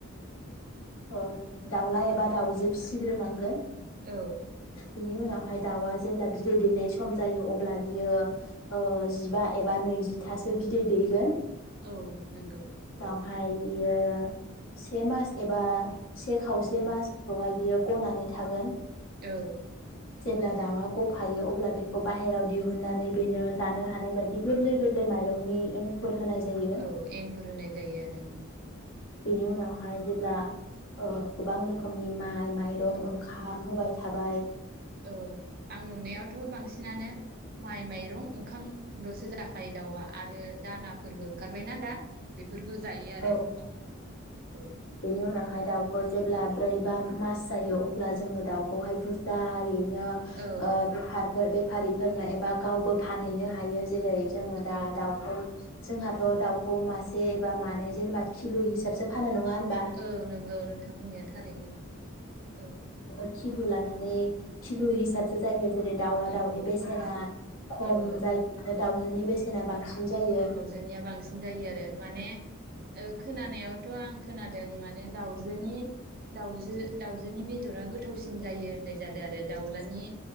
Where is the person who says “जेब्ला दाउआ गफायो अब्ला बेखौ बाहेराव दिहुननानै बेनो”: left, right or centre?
Left